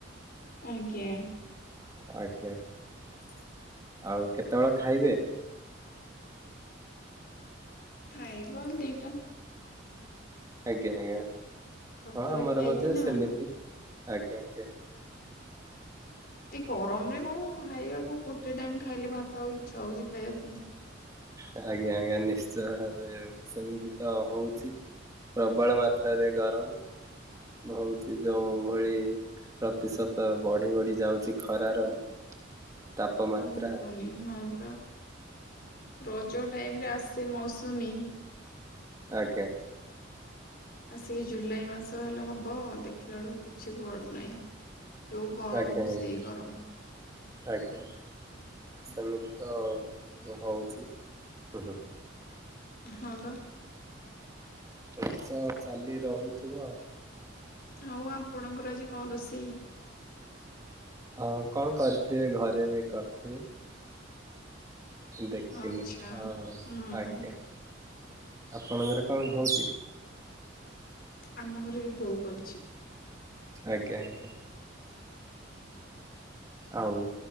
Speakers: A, on the left (about 50°); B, on the right (about 15°).
A: ଆଜ୍ଞା।
B: ଆଜ୍ଞା।
A: ହ
B: ଆଉ କେତେବେଳେ ଖାଇବେ?
A: ଖାଇବା ଦିଟା
B: ଆଜ୍ଞା ଆଜ୍ଞା
A: ପଖାଳ
B: ହଁ ଆମର
A: ଖିଆ ହେଇଛି
B: ମଧ୍ୟ
A: ନା
B: ସେମିତି ଆଜ୍ଞା ଆଜ୍ଞା।
A: ଏଇ ଗରମରେ କଣ ଖାଇବାକୁ, ଗୋଟେ ଟାଇମ ଖାଇଲେ ଭାତ ଆଉ ଇଚ୍ଛା ହଉଛି ଖାଇବା ପାଇଁ।
B: ଆଜ୍ଞା ଆଜ୍ଞା ନିଶ୍ଚୟ ଭାବେ ସେମିତି ତ ହଉଛି। ପ୍ରବଳ ମାତ୍ରାରେ ଗରମ ହଉଚି ଯୋଉଭଳି। ପ୍ରତିଶତ ବଢ଼ି ବଢ଼ି ଯାଉଛି ଖରାର। ତାପମାତ୍ରା
A: କୁହନ୍ତୁନି, ହଁ ପରା ରଜ ଟାଇମରେ ଆସେ ମୌସୁମୀ।
B: ଅଜ୍ଞା।
A: ଆସିକି ଜୁଲାଇ ମାସ ହେଲେ ହବ, ଦେଖିଲା ବେଳକୁ କିଛି କୁଆଡୁ ନାହିଁ। ଯୋଉ ଗରମକୁ
B: ଆଜ୍ଞା ଆଜ୍ଞା
A: ସେଇ ଗରମ।
B: ଆଜ୍ଞା। ସେମିତି ତ ଇଏ ହଉଛି ଉଁ- ହୁଁ।
A: ହଁ ବା।
B: ଏଠି ତ ଚାଲି ରହୁଥିବ।
A: ଆଉ ଆପଣଙ୍କର ଆଜି କଣ ରୋଷେଇ?
B: ହଁ କଣ କରିଥିବେ, ଘରେ କରିଥିବେ। ଦେଖିନି
A: ଆଚ୍ଛା
B: ହ
A: ହୁଁ
B: ଆଜ୍ଞା, ଆପଣଙ୍କର କଣ ହଉଛି?
A: ଆମ ଘରେ ବି ବୋଉ କରୁଛି।
B: ଆଜ୍ଞା ଆଜ୍ଞା। ଆଉ